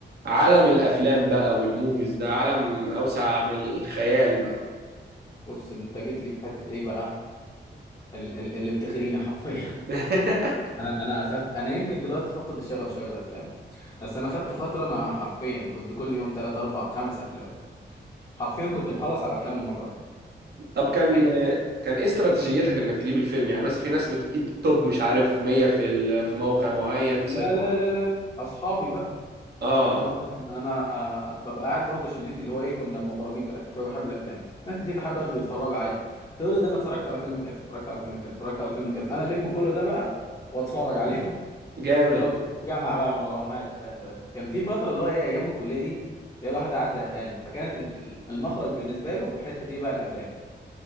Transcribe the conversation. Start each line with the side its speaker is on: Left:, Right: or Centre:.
Right: عالم الافلام بقى والموفيز ده عالم اوسع من الخيال بقى
Left: بص انت جيت لي في حته ايه بقى ال- ال- اللي بتغريني حرفيا
Right: <laughs>
Left: <laughs> انا انا اخدت انا يمكن دلوقتي فقد الشغف شويه للافلام بس انا خدت فتره انا حرفيا كنت كل يوم 3 4 5 افلام حرفيا كنت مخلص على افلام المجره
Right: طب كان
Left: انمي
Right: كان ايه استراتيجيتك
Left: انمي مش
Right: انك تجيب
Left: انمي
Right: الفيلم يعني
Left: كله
Right: مثلا في ناس بتجيب توب مش عارف 100 في ال- في موقع معين في
Left: لا
Right: سايت
Left: لا
Right: معين
Left: لا لا اصحابي بقى
Right: اه
Left: انت مثلا انا ببقى قاعد برضه شلتي اللي هو ايه كنا مغرمين بالافلام كنا بنحب الافلام ناس كتير لحد دلوقتي بيتفرجوا عادي تقول لي ده انا اتفرجت على فيلم كذا اتفرجت على فيلم كذا اتفرجت على فيلم كذا انا لم كله ده بقى واتفرج عليهم
Right: جامد
Left: اللي هو كنت بجمع بقى من وراهم هات هات هات كان في فتره اللي هو ايه ايام الكليه دي هي الواحد قاعد زهقان فكانت ال- المخرج بالنسبه له حته ايه بقى الافلام